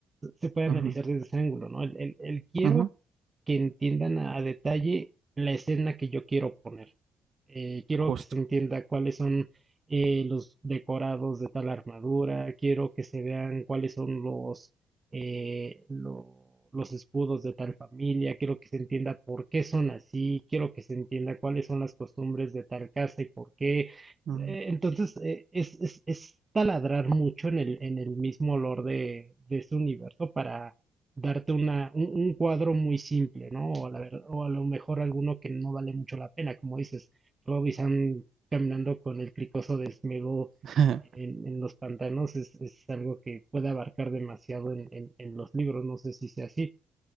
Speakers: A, on the right; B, on the right.
A: se puede
B: Ujú.
A: analizar desde ese ángulo, ¿no? El, el- el quiero
B: Ujú,
A: que entiendan a, a detalle la escena que yo quiero poner. Eh, quiero
B: Justo.
A: que se entienda cuáles son eh, los decorados de tal armadura, quiero que se vean cuáles son los, eh, lo- los escudos de tal familia, quiero que se entienda por qué son así, quiero que se entienda cuáles son las costumbres de tal casa y por qué,
B: Ujú.
A: eh, Entonces, eh, es, es, es taladrar mucho en el, en el mismo olor de, de ese universo para darte una, un, un cuadro muy simple, ¿no? O a la ver- o a lo mejor alguno que no vale mucho la pena, como dices, Rob y Sam caminando con el cricoso desnudo
B: <laughs>
A: en, en los pantanos es, es algo que puede abarcar demasiado en, en, en los libros, no sé si sea así.